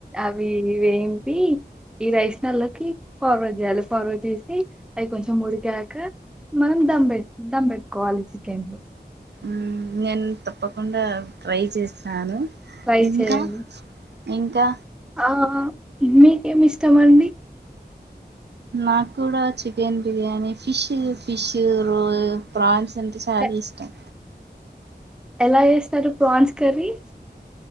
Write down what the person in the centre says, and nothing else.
అవి వేంపి ఈ రైస్ నల్లకి ఫార్వడ్ జేయాలి ఫార్వడ్ జేసి అవి కొంచెం ఉడికాక మనం దమ్ బెట్ దంబెట్ కోవాలి చికెన్ను
ఫ్రై
చేయండి
ఆ మీకేమి ఇష్టమండి
ఎ-
ఎలా జేస్తారు ప్రాన్స్ కర్రీ